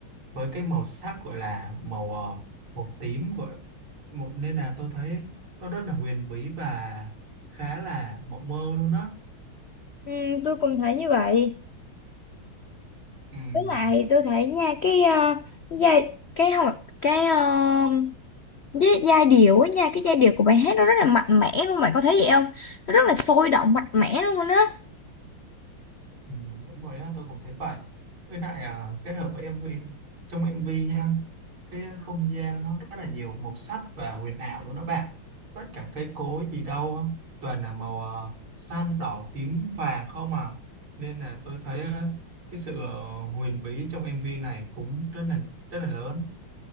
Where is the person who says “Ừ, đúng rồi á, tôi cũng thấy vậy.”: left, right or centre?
Right